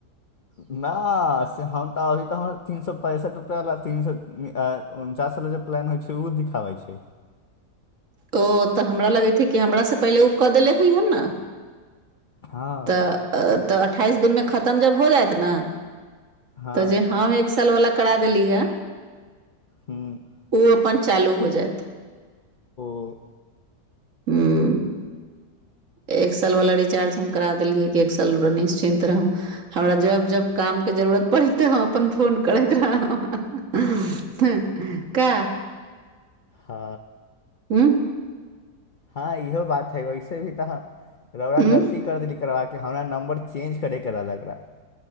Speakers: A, on the left (about 75°); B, on the right (about 50°).
A: नऽ, से हम त तऽ हमर ती सौ पैसठि रूपआ वाला तीन सौ उन्नचा। जे प्लान होइ छै, ऊ दिखाबै छै।
B: ओ तऽ हमरा लगै छैे, कि हमरा से पहिले ऊ कऽ देेलै होइ हे न।
A: हँ
B: तऽ तऽ अठाइस दिन में खतम जब हो जायत ने।
A: हँ
B: तऽ जे हम एक साल वाला करा देली हे।
A: हूँ
B: ओ अपन चालू हो जायत।
A: ओ।
B: हूं। एक साल वाला रिचार्ज हम करा देलियै, कि एक साल निश्चिन्त रह हमरा जब-जब काम। जरूरत पड़ैत अपन फोन करैत रहब हँ, हँ का।
A: हँ।
B: हूं।
A: हँ इहो बात है, वैसे भी तऽ रौआ
B: उँ
A: गलती कर देली। करबा के हमरा नंबर चेंज करे, रहल एकरा।